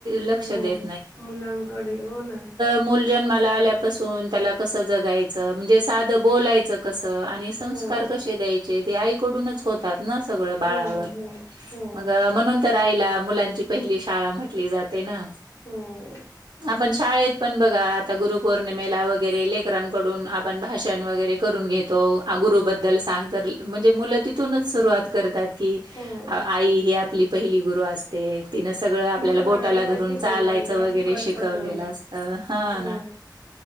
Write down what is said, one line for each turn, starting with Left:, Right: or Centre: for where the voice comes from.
Right: लक्ष
Left: हो
Right: देत
Left: मुलांकडे हो ना.
Right: मुल जन्माला आल्यापासुन
Left: हो
Right: त्याल कस जगायच म्हणजे साध बोलायच कस आणि संस्कार
Left: हो
Right: कसे द्यायचे ते आईकडूनच हो होतात न सगळ बाळावर,
Left: हो हो
Right: मग म्हणून तर आईला मुलांची पहिली शाळा म्हटली जाते न,
Left: हो
Right: आपण शाळेत पण बघा आता गुरुपौर्णिमेला वगैरे लेकरांकडून आपण भाषण वगैरे करून घेतो. आ गुरुबद्दल सांग तर म्हणजे मुलं तिथूनच सुरुवात करतात. की,
Left: हो
Right: आई ही आपली पहिली गुरु असते. तिनं सगळं आपल्याला
Left: म्हणतो ना
Right: बोटाला
Left: आई
Right: धरून
Left: माझी गुरु
Right: चालायचं
Left: आई माझी
Right: वगैरे
Left: कल्पतरू
Right: शिकवलेलं असतं हा
Left: हो
Right: ना.